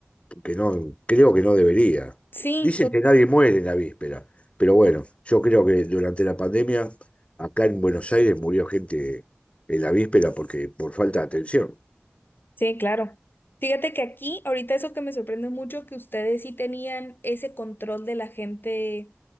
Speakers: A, on the left; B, on the left.
A: que no, creo que no debería.
B: Sí,
A: Dicen
B: to-
A: que nadie muere en la víspera, pero bueno, yo creo que durante la pandemia, acá en Buenos Aires murió gente en la víspera porque por falta de atención.
B: sí, claro. Fíjate que aquí, ahorita eso que me sorprende mucho, que ustedes sí tenían ese control de la gente